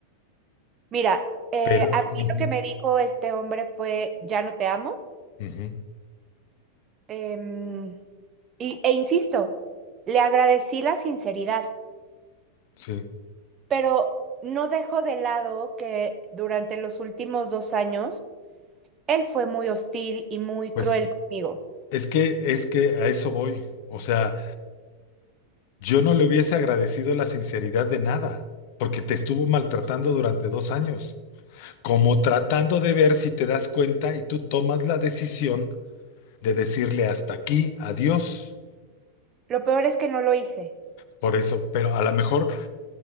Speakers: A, on the right; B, on the left.
A: mira, eh,
B: Pero,
A: a mí
B: ujú,
A: lo que me dijo este hombre fue, ya no te amo.
B: ujú,
A: Em, y, e insisto, le agradecí la sinceridad,
B: sí,
A: pero no dejo de lado que durante los últimos dos años él fue muy hostil y muy
B: pues
A: cruel conmigo.
B: es que, es que a eso voy. O sea, yo no le hubiese agradecido la sinceridad de nada, porque te estuvo maltratando durante dos años. como tratando de ver si te das cuenta y tú tomas la decisión de decirle hasta aquí, adiós.
A: Lo peor es que no lo hice.
B: Por eso, pero a lo mejor,